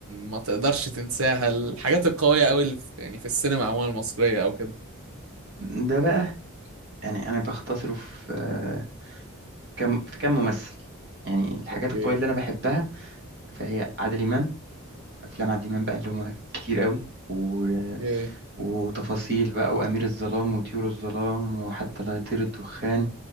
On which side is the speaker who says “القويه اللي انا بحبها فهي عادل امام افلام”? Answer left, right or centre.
Right